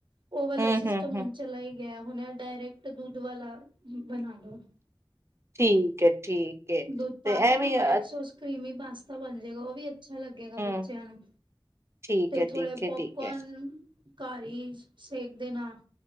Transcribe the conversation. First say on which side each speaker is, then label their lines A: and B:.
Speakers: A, on the right; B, on the right.
A: ਉਹ ਵਾਲਾ
B: ਹਮ
A: ਸਿਸਟਮ
B: ਹਮ ਹਮ
A: ਹੁਣ ਚਲਾ ਗਿਆ ਹੁਣ ਡਾਇਰੈਕਟ ਦੁੱਧ ਵਾਲਾ ਬਣਾ ਲੋੋ।
B: ਠੀਕ ਹੈ ਠੀਕ ਹੈ।
A: ਦੁੱਧ ਪਾ
B: ਤੇ
A: ਕੇ
B: ਇਹ
A: ਨਾ
B: ਵੀ
A: ਵਾਈਟ
B: ਹਮ
A: ਸੋਸ ਕਰੀਮੀ ਪਾਸਤਾ ਬਣ ਜਾਏਗਾ ਉਹ ਵੀ ਅੱਛਾ ਲੱਗੇਗਾ ਬੱਚਿਆਂ
B: ਹਮ
A: ਨੂੰ
B: ਠੀਕ
A: ਤੇ
B: ਹੈ
A: ਥੋੜੇ
B: ਠੀਕ ਹੈ
A: ਪੋਪਕੋਰਨ
B: ਠੀਕ ਹੈ
A: ਘਰ ਹੀ ਸੇਕਦੇ ਨਾ